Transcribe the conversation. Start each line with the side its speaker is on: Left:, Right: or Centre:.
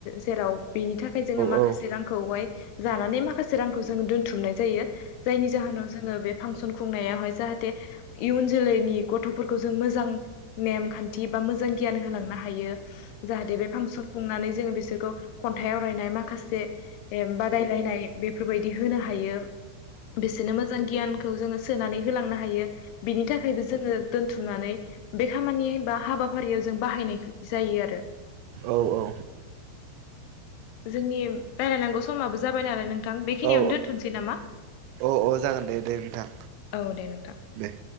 Left: जेराव बेनि थाखाय जोङो माखासे
Right: औ
Left: रांखौहाय जानानै माखासे रांखौ जोङो दोन्थुमनाय जायो जायनि जाहोनाव जोंङो बे फांसन खुंनायावहाय जाहाथे इयुन जोलैनि गथ'फोरखौ जों मोजां नेम खान्थि बा मो जों गियान होलांनो हायो। जाहाथे बे फांसन खुंनानै जोंङो बिसोरखौ खन्थाइ आवरायनाय माखासे बे बादायलायनाय बेफोरबायदि होनो हायो बिसोरनो मोजां गियानखौ जोंङो सोनानै होलांनो हायो बिनि थाखायबो जोंङो दोन थुमनानै बे खामानि बा हाबाफारियाव जों बाहायनाय जायो आरो।
Right: औ औ
Left: जोंनि रायलायनांगौ समाबो जाबाय नालाय नोंथां बेखिनियावनो
Right: औ
Left: दोनथ'नोसै नामा
Right: औ औ जागोन दे दे नोंथां
Left: औ दे नोंथां
Right: दे